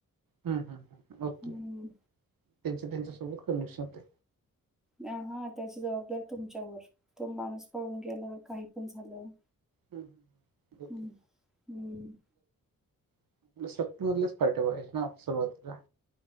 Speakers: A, on the right; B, in the centre.
A: हम हम म ओके,
B: हम्म
A: त्यांच्या त्यांच्या सोबत कमीशन होतय.
B: हा हा त्याची जबाबदारी तुमच्यावर. तो माणूस पाळून गेला काही पण झालं.
A: हम्म हम्म. ओके
B: हम् हम्म
A: <unintelligible> पाहिजे ना सुरुवातीला